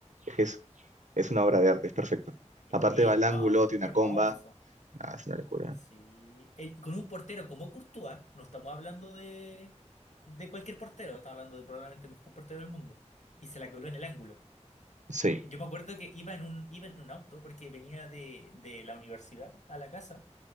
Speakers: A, on the right; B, on the left.
A: Es que es Es una obra de arte, es perfecto.
B: Sí,
A: Aparte va
B: no,
A: al ángulo, tiene
B: fue
A: una
B: hermoso.
A: comba. Nada, es una locura.
B: Sí, Eh, con un portero como Courtois, no estamos hablando de, de cualquier portero, estamos hablando de probablemente el mejor portero del mundo. Y se la coló en el ángulo.
A: Sí.
B: Yo me acuerdo que iba en un, iba en un auto porque venía de, de la universidad a la casa